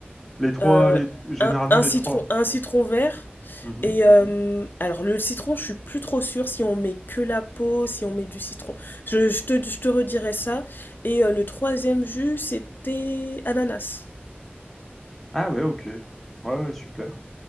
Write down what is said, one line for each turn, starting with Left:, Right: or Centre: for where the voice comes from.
Centre: Les trois,
Left: Euh,
Centre: les... généralement
Left: un, un Oui,
Centre: les
Left: citron,
Centre: trois.
Left: un citron vert.
Centre: Mhm.
Left: Et euh, alors le citron, je suis plus trop sûre si on met que la peau, si on met du citron. Je, je te, je te redirai ça. Et euh, le troisième jus, c'était ananas.
Centre: Ah ouais, ok. Ouais, ouais, super.